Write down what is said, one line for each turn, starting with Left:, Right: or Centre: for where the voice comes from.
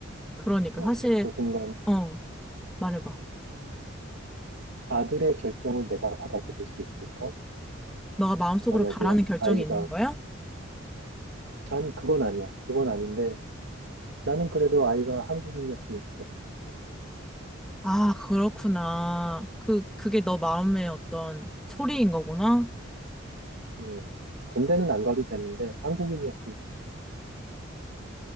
Centre: 그러니까.
Right: 어,
Centre: 사실,
Right: 그 순간
Centre: 어, 말해봐.
Right: 아들의 결정을 내가 받아들일 수 있을까?
Centre: 너가 마음속으로
Right: 만약에
Centre: 바라는 결정이
Right: 아이가,
Centre: 있는 거야?
Right: 아니, 그건 아니야. 그건 아닌데, 나는 그래도 아이가 한국인이었으면 좋겠어.
Centre: 아, 그렇구나. 그, 그게 너 마음의 어떤 소리인 거구나.
Right: 음, 군대는 안 가도 되는데, 한국인이었으면 좋겠어.